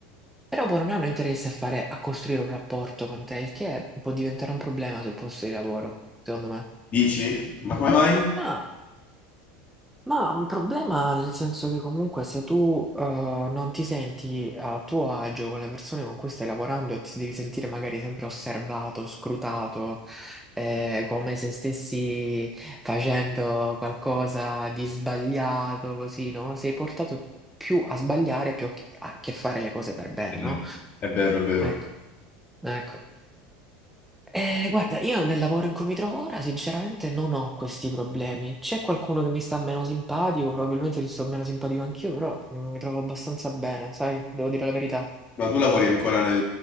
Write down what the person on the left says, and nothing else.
Dici? Ma come mai?
È vero.
È vero, è vero.
Ma tu lavori ancora nel,